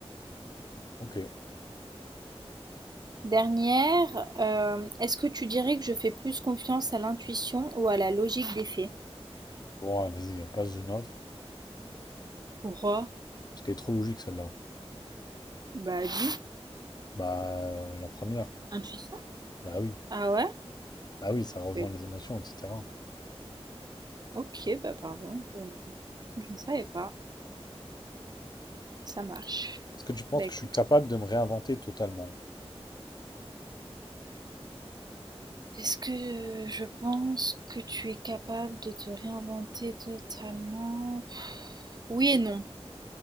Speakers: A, on the left; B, on the right.
A: Ok.
B: Dernière, hem, est-ce que tu dirais que je fais plus confiance à l'intuition ou à la logique des faits?
A: Bon, ah, vas-y, passe une autre.
B: Pourquoi?
A: Parce qu'elle est trop logique celle-là.
B: Bah, dis.
A: Bah, la première.
B: Intuition?
A: Bah oui.
B: Ah ouais?
A: Bah oui, ça rejoint
B: Bah, écoute,
A: les émotions, etc.
B: OK, bah, pardon, je je ne savais pas. Ça marche.
A: Est-ce que tu penses
B: Bah, écoute
A: que je suis capable de me réinventer totalement?
B: Est-ce que je pense que tu es capable de te réinventer totalement? Oui et non.